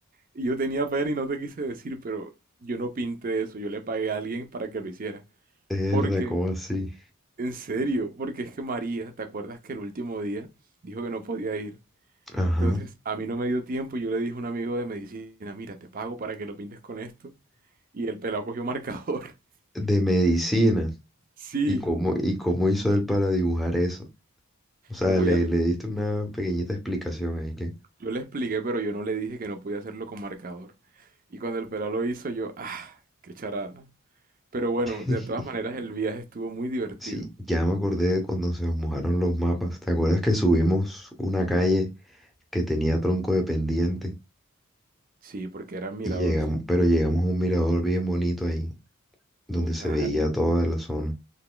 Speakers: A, on the right; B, in the centre.
A: Y yo tenía pena y no te quise decir, pero yo no pinté eso. Yo le pagué a alguien para que lo hiciera.
B: Verdad,
A: Porque...
B: ¿cómo así?
A: En serio, porque es que María, ¿te acuerdas que el último día dijo que no podía ir?
B: Ajá.
A: Entonces, a mí no me dio tiempo y yo le dije a un amigo de medicina, mira, te pago para que lo pintes con esto. Y el pelado cogió marcador. <laughs>
B: De medicina.
A: Sí,
B: ¿Y cómo, y cómo hizo él para dibujar eso? O sea,
A: como
B: le,
A: ya la-
B: le diste una pequeñita explicación ahí que...
A: yo le expliqué, pero yo no le dije que no podía hacerlo con marcador. Y cuando el pelado lo hizo, yo, ah, qué charada. Pero bueno,
B: <laughs>
A: de todas maneras, el viaje estuvo muy divertido.
B: Sí, ya me acordé de cuando se nos mojaron los mapas. ¿Te acuerdas que subimos una calle que tenía tronco de pendiente
A: Sí, porque era mirador,
B: y llegamos,
A: ¿cierto?
B: pero llegamos a un mirador bien bonito ahí, donde
A: Total.
B: se veía toda la zona?